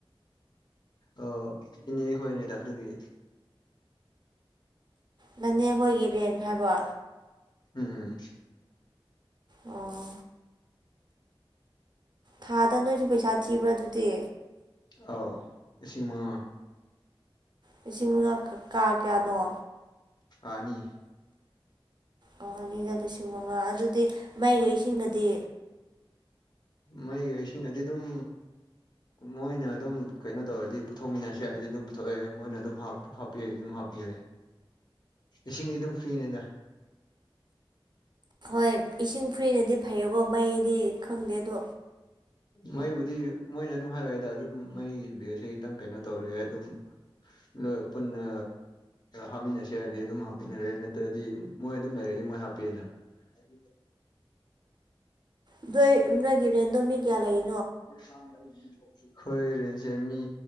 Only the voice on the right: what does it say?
ꯅꯅꯦ ꯑꯩꯈꯣꯏꯒꯤ ꯔꯦꯟ ꯍꯥꯏꯕ
ꯑꯣ ꯊꯥꯗ ꯅꯣꯏꯁꯨ ꯄꯩꯁꯥ ꯊꯤꯕ꯭ꯔꯥ ꯑꯗꯨꯗꯤ
ꯂꯤꯁꯤꯡ ꯃꯉꯥ ꯀꯥ ꯀꯌꯥꯅꯣ
ꯑꯣ ꯑꯅꯤꯒ ꯂꯤꯁꯤꯡ ꯃꯉꯥ ꯑꯗꯨꯗꯤ ꯃꯩꯒ ꯏꯁꯤꯡꯒꯗꯤ
ꯍꯣꯏ ꯏꯁꯤꯡ ꯐ꯭ꯔꯤꯅꯗꯤ ꯐꯩꯌꯦꯀꯣ ꯃꯩꯗꯤ
ꯈꯪꯗꯦ ꯑꯗꯣ
ꯅꯣꯏ ꯅꯣꯏꯒꯤ ꯔꯦꯟꯗꯣ ꯃꯤ ꯀꯌꯥ ꯂꯩꯦ